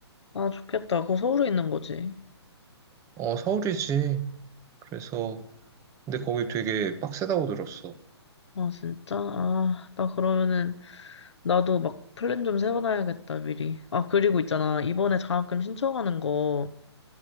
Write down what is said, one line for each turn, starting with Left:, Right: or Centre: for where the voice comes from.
Left: 아, 좋겠다. 그거 서울에 있는 거지.
Right: 어, 서울이지. 그래서 근데 거기 되게 빡세다고 들었어.
Left: 아, 진짜? 아, 나 그러면은 나도 막 플랜 좀 세워놔야겠다, 미리. 아, 그리고 있잖아. 이번에 장학금 신청하는 거